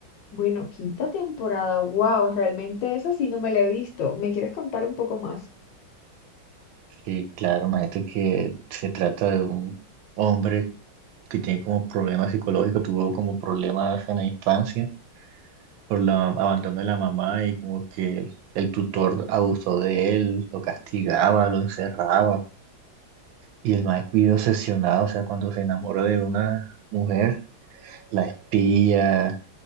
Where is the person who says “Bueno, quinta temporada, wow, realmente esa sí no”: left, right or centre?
Left